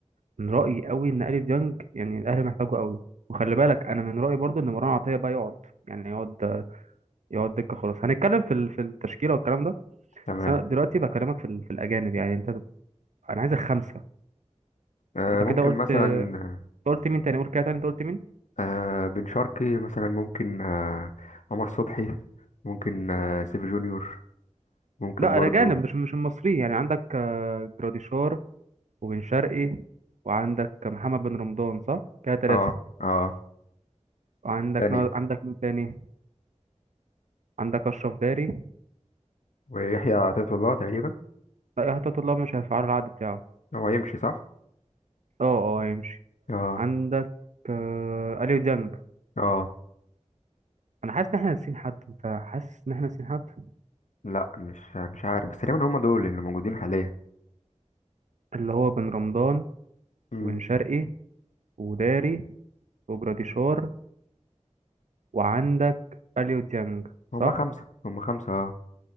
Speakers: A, on the right; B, on the left.
A: من رأيي قوي ان اليو ديانج يعني الاهلي محتاجه قوي وخلي بالك انا من رأيي برضو ان مروان عطية بقى يقعد يعني يقعد يقعد دكة خلاص هنتكلم في ال- في التشكيلة والكلام ده
B: تمام
A: بس انا دلوقتي بكلمك في ال- في الاجانب يعني انت انا عايزك خمسة
B: آه
A: انت
B: ممكن
A: كده قلت
B: مثلا
A: أنت قلت مين تاني قول كده تاني انت قلت مين
B: آه بن شرقي مثلا ممكن آه عمر صبحي ممكن آه سيف جونيور ممكن
A: لا
B: برضو
A: الاجانب مش مش المصريين يعني عندك آه، جراديشار وبن شرقي وعندك محمد بن رمضان صح كده ثلاثة
B: اه اه
A: وعندك
B: تاني
A: نا- عندك مين تاني عندك اشرف داري
B: ويحيى عطية الله تقريبا
A: لا يا حتى الله مش هيفعلوا العقد بتاعه
B: هو هيمشي صح؟
A: اه اه هيمشي
B: اه
A: عندك آه، اليو ديانج
B: اه
A: انا حاسس ان احنا ناسيين حد انت حاسس ان احنا ناسيين حد
B: لا مش مش عارف بس تقريبا هم دول اللي موجودين حاليا
A: اللي هو بن رمضان
B: امم
A: وبن شرقي وداري وجراديشار وعندك اليو ديانج
B: هم
A: صح
B: خمسة هم خمسة اه